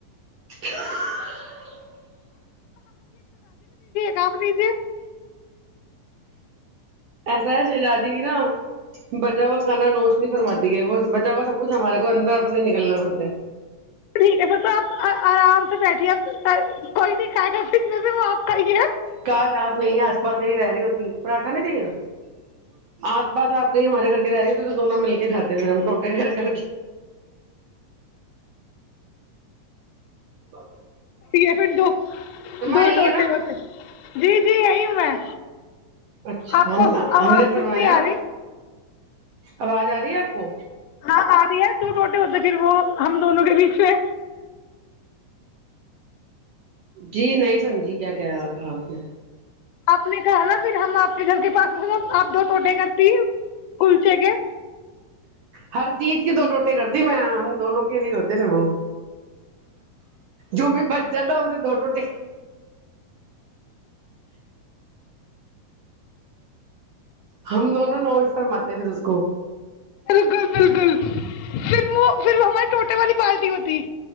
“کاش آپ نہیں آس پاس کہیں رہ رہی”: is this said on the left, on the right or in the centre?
Right